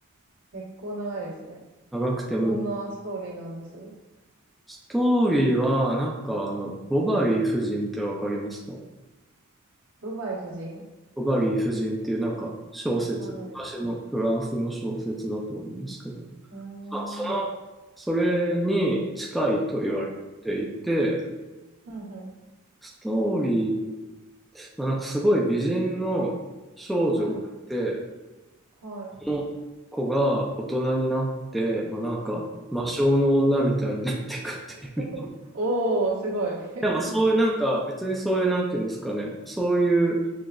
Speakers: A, on the right; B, in the centre.
A: 結構長いですね。
B: 長くても、
A: どんなストーリーなんです
B: ストーリーは、なんか、あの、ボバリー夫人ってわかりますか
A: ドバイ夫人わ
B: ボバリー夫人っていうなんか小説、
A: かんない。う
B: 昔のフランスの小説だと思うんですけど、
A: ーん。
B: まあ、その、それに近いと言われていて、
A: はい。うんうん。
B: ストーリー、まあ、なんかすごい美人の少女がいて、
A: うん。はい。
B: その子が大人になって、まあ、なんか魔性の女みたいになっていくっていう。
A: <laughs> おー、すごい。
B: <laughs>
A: <laughs>
B: でもそういうなんか別にそういうなんていうんですかね、そういう